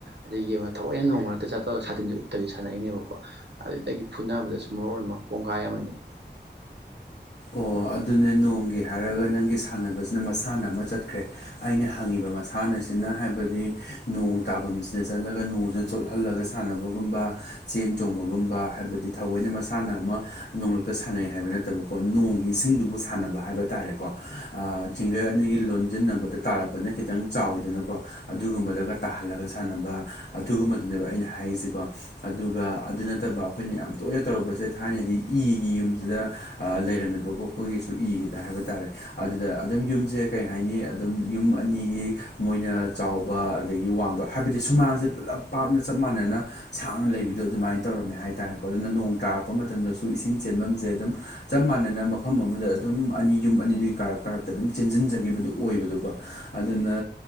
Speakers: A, on the right; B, on the left.
A: ꯑꯗꯒꯤ ꯌꯦꯡꯉꯒ ꯊꯋꯥꯏꯦ ꯅꯣꯡꯃ ꯃꯔꯛꯇ ꯆꯠꯇꯔꯒ ꯁꯥꯇꯤꯟꯁꯦ ꯎꯞꯕꯗꯤ ꯁꯥꯟꯅꯩꯏꯅꯦꯕ ꯀꯣ ꯑꯗꯨꯗꯒꯤ ꯐꯨꯅꯕꯗꯁꯨ ꯃꯔꯣꯟ ꯑꯃ ꯀꯣꯡꯒꯥꯏ ꯑꯃꯅꯤ
B: ꯑꯣ ꯑꯗꯨꯅꯦ ꯅꯣꯡꯒꯤ ꯍꯥꯏꯔꯒ ꯅꯪꯒꯤ ꯁꯥꯟꯅꯕꯁꯤꯅ ꯃꯁꯥꯟꯅ ꯑꯃ ꯆꯠꯈ꯭ꯔꯦ ꯑꯩꯅ ꯍꯪꯉꯤꯕ ꯃꯁꯥꯟꯅꯁꯤꯅ ꯍꯥꯏꯕꯗꯤ ꯅꯣꯡ ꯇꯥꯐꯝꯁꯤꯗ ꯆꯠꯂꯒ ꯅꯣꯡꯁꯤꯅ ꯆꯣꯠꯍꯜꯂꯒ ꯆ ꯁꯥꯟꯅꯕꯒꯨꯝꯕ ꯆꯦꯟ ꯆꯣꯡꯕꯒꯨꯝꯕ ꯍꯥꯏꯕꯗꯤ ꯊꯑꯣꯏꯅ ꯃꯁꯥꯟꯅ ꯑꯃ ꯅꯣꯡꯂꯛꯇ ꯁꯥꯟꯅꯩ ꯍꯥꯏꯕ ꯅꯠꯇꯕ ꯀ ꯅꯣꯡꯒꯤ ꯏꯁꯤꯡꯗꯨꯕꯨ ꯁꯥꯟꯅꯕ ꯍꯥꯏꯕ ꯇꯥꯔꯦꯀꯣ ꯖꯤꯡꯒꯔ ꯑꯅꯤꯒꯤ ꯂꯣꯟꯁꯤꯟꯅꯕꯗ ꯇꯥꯔꯛꯄ ꯄꯅ ꯈꯤꯇꯪ ꯆꯥꯎꯋꯤꯗꯅꯀꯣ ꯑꯗꯨꯒꯨꯝꯕꯗꯒ ꯇꯥꯍꯜꯂꯒ ꯁꯥꯟꯅꯕ ꯑꯗꯨꯒꯨꯝꯕꯗꯨꯅꯦꯕ ꯑꯩꯅ ꯍꯥꯏꯔꯤꯁꯤꯀꯣ ꯑꯗꯨꯒ ꯑꯗꯨ ꯅꯠꯇꯕ ꯑꯩꯈꯣꯏꯅ ꯌꯥꯝ ꯇꯣꯏꯅ ꯇꯧꯔꯛꯄꯁꯦ ꯊꯥꯏꯅꯗꯤ ꯏꯒꯤ ꯌꯨꯝꯁꯤꯗ ꯂꯩꯔꯝꯃꯤꯕꯀꯣ ꯑꯩꯈꯣꯏꯒꯤꯁꯨ ꯏꯒꯦꯗ ꯍꯥꯏꯕ ꯇꯥꯔꯦ ꯑꯗꯨꯗ ꯑꯗꯨꯝ ꯌꯨꯝꯁꯦ ꯀꯩ ꯍꯥꯏꯅꯤ ꯑꯗꯨꯝ ꯌꯨꯝ ꯑꯅꯤꯒꯤ ꯃꯣꯏꯅ ꯆꯥꯎꯕ ꯑꯗꯒꯤ ꯋꯥꯡꯕ ꯍꯥꯏꯕꯗꯤ ꯁꯨꯃꯥꯡꯁꯦ ꯄꯨꯜꯂꯞ ꯄꯥꯛꯅ ꯆꯞ ꯃꯥꯟꯅꯅ ꯁꯥꯡꯅ ꯂꯩꯕꯗꯣ ꯑꯗꯨꯃꯥꯏꯅ ꯇꯧꯔꯝꯃꯦ ꯍꯥꯏꯇꯥꯥꯔꯦꯀꯣ ꯑꯗꯨꯅ ꯅꯣꯡ ꯇꯥꯔꯛꯄ ꯃꯇꯝꯗꯁꯨ ꯏꯁꯤꯡ ꯆꯦꯟꯐꯝꯁꯦ ꯑꯗꯨꯝ ꯆꯞ ꯃꯥꯟꯅꯅ ꯃꯐꯝ ꯑꯃꯗ ꯑꯗꯨꯝ ꯑꯅꯤ ꯌꯨꯝ ꯑꯅꯤꯗꯨꯒꯤ ꯀꯔꯛ ꯀꯥꯔꯛꯇ ꯑꯗꯨꯝ ꯆꯦꯟꯁꯤꯟꯖꯈꯤꯕꯗꯨ ꯑꯣꯏꯕꯗꯨꯀꯣ ꯑꯗꯨꯅ